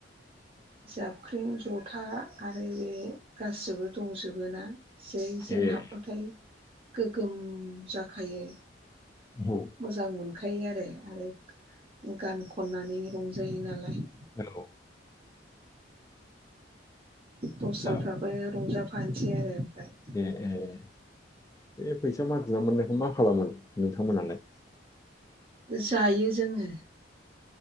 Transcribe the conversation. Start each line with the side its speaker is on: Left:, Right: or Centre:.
Right: जाबख्रिं जथा आरो बे गासिबो दंजोबो ना। जै जों
Left: ए
Right: हाबबाथाय गोगोम जाखायो।
Left: औ।
Right: मोजां मोनखायो आरो आरो गान खननानै रंजायो नालाय।
Left: औ।
Right: दस्राफ्राबो
Left: फैसा
Right: रंजाफानोसै आरो ओमफ्राय।
Left: ए ए बे फैसा मागिना मोननायखौ मा खालामो नोंथांमोनालाय?
Right: जायो जोङो।